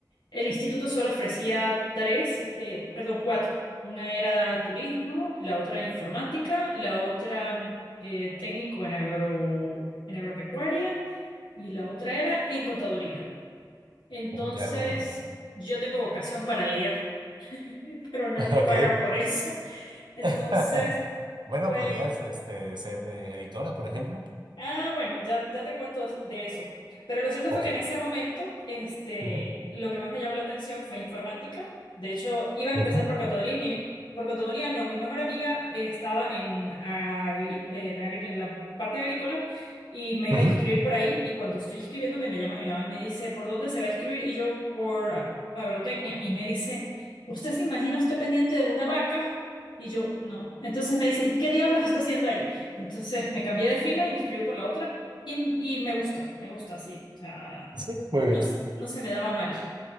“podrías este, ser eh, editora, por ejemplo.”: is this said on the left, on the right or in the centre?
Right